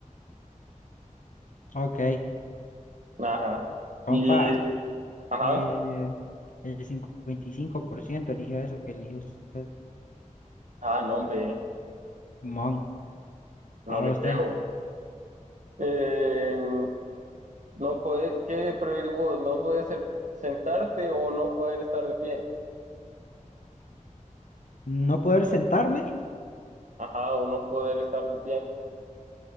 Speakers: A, on the left (about 70°); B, on the right (about 65°).
A: Ok,
B: ajá.
A: compa,
B: Y, ajá,
A: eh, el 55% eligió eso que eligió usted,
B: ah, no, hombre,
A: Simón.
B: no
A: Ahora
B: le creo.
A: usted,
B: Eh, no puede, ¿qué preferís vos? No poder ser- sentarte o no poder estar de pie.
A: no poder sentarme,
B: Ajá, o no poder estar de pie.